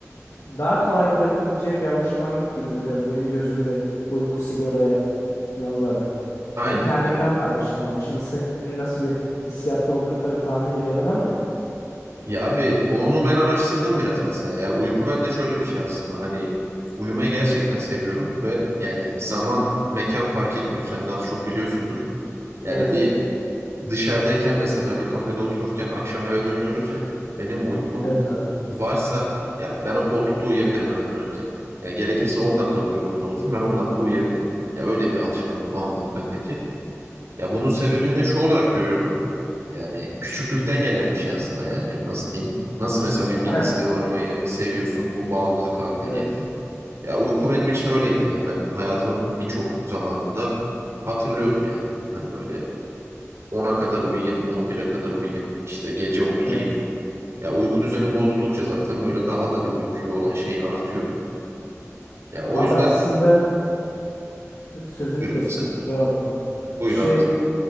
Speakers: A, on the left; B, on the right.
A: daha kolay bırakabileceğim bir alışkanlık gibi duruyor benim gözümde uyku sigaraya Nazaran.
B: aynen.
A: Yani kendimden
B: Yani,
A: pay biçtim ama şimdi senin nasıl bir hissiyatta olduğunu tabii tahmin bile edemem de.
B: Ya abi onu ben araştırdım biraz mesela. Ya uyku bende şöyle bir şey aslında. Hani uyumayı gerçekten seviyorum ve yani zaman mekan fark etmiyor. Sen daha az çok biliyorsundur. Yani
A: Evet
B: bir
A: evet.
B: dışarıdayken mesela bir kafede otururken akşam eve dönüyoruz ya. Benim uykum
A: Evet abi.
B: varsa ya ben o koltukta uyuyabilirim eve dönerken. Ya gerekirse 10 dakikalık yolumuz olsun ben 10 dakika uyuyabildim Ya öyle bir alışkanlık, bağımlılık bendeki. Ya bunun sebebini de şu olarak görüyorum. Yani küçüklükten gelen bir şey aslında yani nasıl diyeyim? Nasıl mesela bir
A: Aynen.
B: bilgisayar oynamayı seviyorsun bu bağımlılık haline
A: Evet.
B: geliyor. Ya uyku benim için öyleydi yani ben hayatımın birçok zamanında hatırlıyorum yani. Hani böyle 10'a kadar uyuyayım, 11'e kadar uyuyayım, işte gece oturayım.
A: Evet.
B: Ya uyku düzeni bozuldukça zaten böyle daha da bir uykuya olan şeyin artıyor. Ya o
A: Abi
B: yüzden
A: aslında sözünü
B: buyurun
A: kestim
B: sen.
A: kusura bakma.
B: Buyur
A: Şey
B: abi.